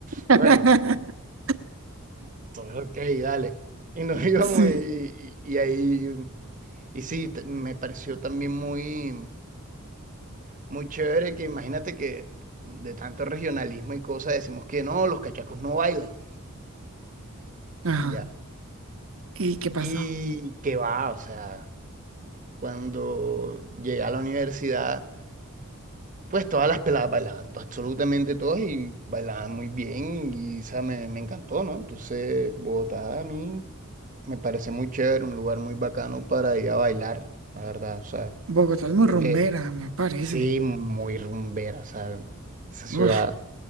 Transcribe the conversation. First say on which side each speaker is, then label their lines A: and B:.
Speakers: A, on the right; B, on the right.
A: bueno.
B: <laughs>
A: Ok, dale. Y nos <laughs> íbamos
B: Sí.
A: y, y- y ahí, y sí, t- me pareció también muy, muy chévere que imagínate que de tanto regionalismo y cosas decimos que no, los cachacos no bailan,
B: Ajá.
A: ya.
B: ¿Y qué pasó?
A: Y que va, o sea, cuando llegué a la universidad, pues todas las peladas bailaban, to- absolutamente todas y bailaban muy bien y, o sea, me, me encantó, ¿no? Entonces, Bogotá a mí me parece muy chévere, un lugar muy bacano para ir a bailar, la verdad, o sea.
B: Bogotá es muy
A: Yo
B: rumbera,
A: que
B: me parece.
A: sí, muy rumbera, ¿sabes? Esa ciudad
B: Uf.